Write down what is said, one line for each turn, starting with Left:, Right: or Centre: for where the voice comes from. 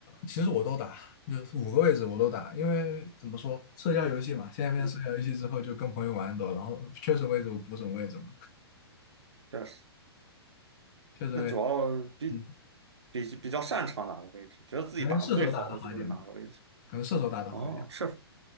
Left: 其实我都打，就是五个位置我都打，因为怎么说，社交游戏嘛，现在变成社交游戏之后，
Right: 嗯。
Left: 就跟朋友玩的多，然后缺什么位置我补什么位置嘛，
Right: 确实，
Left: 缺什么位置
Right: 那主要比
Left: 嗯，
Right: 比比较擅长哪个位置，觉得自己打的最好的就是哪个位置。
Left: 可能射手打得好一点吧可能射手打得好一点。
Right: 哦，射